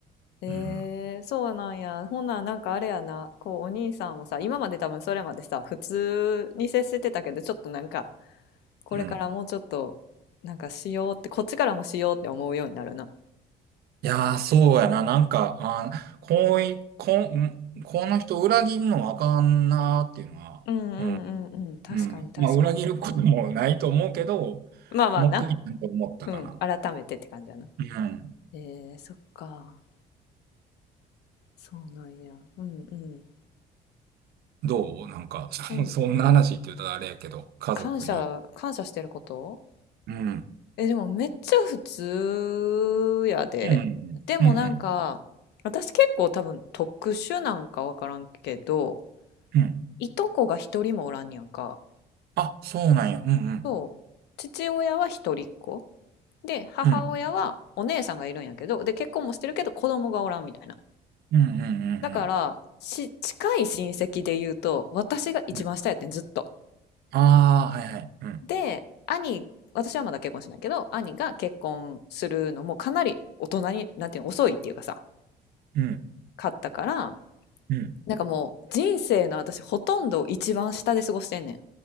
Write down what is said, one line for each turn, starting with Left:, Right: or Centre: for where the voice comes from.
Left: えー、
Right: うん。
Left: そうなんやほんならなんかあれやなこうお兄さんもさ今まで多分それまでさ普通に接してたけどちょっとなんかこれからもうちょっとなんかしようってこっちからもしようって思うようになるな
Right: うん。いやー、そうやな。なんか、あー、こうい、こん、この人裏切んのあかんなーっていうのは、
Left: うんうんうんうん確かに確かに
Right: うんうん。まあ、裏切ることもないと思うけど、
Left: まあまあな
Right: もう一回なんか思ったかな。
Left: うん、改めてって感じやな。
Right: うん。うん
Left: えー、そっか。そうなんや。うんうん。
Right: どうなんか、そ、
Left: うん。
Right: そんな話って言うとあれやけど、家族に。
Left: 感謝、感謝してること
Right: うん。
Left: え、でもめっちゃ普通やで。
Right: うんうん。
Left: でもなんか、
Right: うんう
Left: 私結構多分特殊なんかわからんけど、
Right: ん。うん。
Left: いとこが一人もおらんねやんか。
Right: あ、そうなんや。うんうん。
Left: そう。父親は一人っ子。で、母親はお姉さんがいるんやけど、
Right: うん。
Left: で、結婚もしてるけど子供がおらんみたいな。
Right: うんうんう
Left: だから、
Right: んう
Left: し、近い親戚で言うと、私が一番下やってん、
Right: んうん。
Left: ずっと。
Right: ああー、はいはい。うん。
Left: で、兄、私はまだ結婚してないけど、兄が結婚するのもかなり大人に、なんていうの、遅いっていうかさ、
Right: うん。
Left: 買ったから、
Right: うん。
Left: なんかもう人生の私ほとんど一番下で過ごしてんねん。